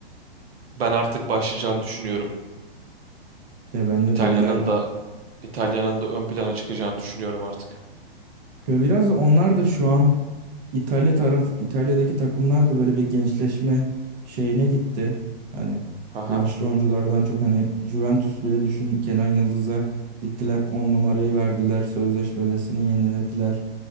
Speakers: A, on the right; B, on the right.
A: ben artık başlayacağını düşünüyorum.
B: De bence
A: İtalya'nın
B: de ya
A: da İtalya'nın da ön plana çıkacağını düşünüyorum artık.
B: Ya biraz da onlar da şu an İtalya taraf İtalya'daki takımlar da böyle bir gençleşme şeyine gitti. Hani
A: Aha.
B: yaşlı oyunculardan çok hani Juventus bile düşün Kenan Yıldız'a gittiler 10 numarayı verdiler sözleşmesini yenilediler.